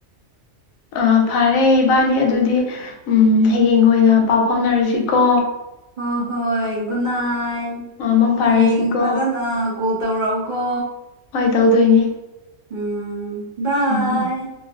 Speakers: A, on the left; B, on the right.
A: ꯑ ꯐꯔꯦ ꯏꯕꯥꯅꯤ ꯑꯗꯨꯗꯤ ꯍꯌꯦꯡ ꯑꯣꯏꯅ ꯄꯥꯎ ꯐꯥꯎꯅꯔꯁꯤꯀꯣ
B: ꯍꯣꯏ ꯍꯣꯏ ꯒꯨꯅꯥꯏ
A: ꯃꯪ
B: ꯍꯌꯦꯡ
A: ꯐꯥꯔꯁꯤꯀꯣ
B: ꯐꯖꯅ ꯀꯣ ꯇꯧꯔꯥꯎ ꯀꯣ
A: ꯍꯣꯏ ꯇꯧꯗꯣꯏꯅꯦ
B: ꯎꯝ ꯕꯥꯏ
A: ꯎꯝ ꯎꯝ